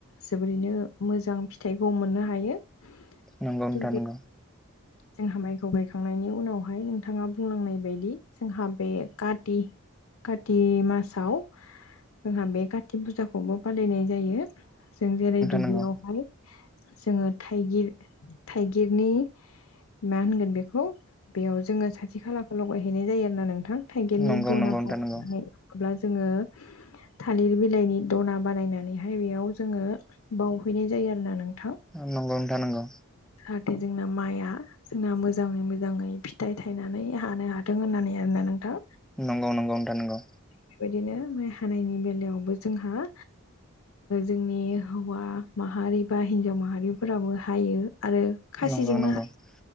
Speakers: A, on the left (about 65°); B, in the centre.
A: जोबोरैनो मोजां फिथाइखौ मोननो हायो
B: नंगौ नोंथां
A: थिग बे
B: नोंगौ
A: जोंहा माइखौ गायखांनायनि उनावहाय नोंथाङा बुंलांनाय बायदि जोंहा बे काथि काति मासाव जोंहा बे कात फुजाखौबो फालिनाय जायो जों जेरै दुब्लियावहाय
B: नंगौ
A: जोङो थाइगिर थाइगिरनि मा होनगोन बेखौ बेयाव जोङो साथि खालाखौ लगायहैनाय जायो नोंथां थाइगिरनि
B: नंगौ
A: दनाखौ
B: नोंथां
A: लानानै
B: नंगौ
A: माब्ला जोङो थालिर बिलाइनि दना बानायनानैहाय बेयाव जोङो बावहैनाय जायो <unintelligible> आरो नों
B: नंगौथा नंगौ
A: जाहाथे जोंना माइआ जोंना मोजाङै मोजाङै फिथाइ थायनानै हानो हाथों होननानै आरोना नोंथां
B: नंगौ नंगौम र नगौ
A: बेबायदिनो माइ हानायनि बेलायावबो जोंहा जोंनि हौवा माहारि बा हिन्जाव माहारिफोराबो हायो आरो खासिजोंनो
B: नंगौ नोंथां
A: हायो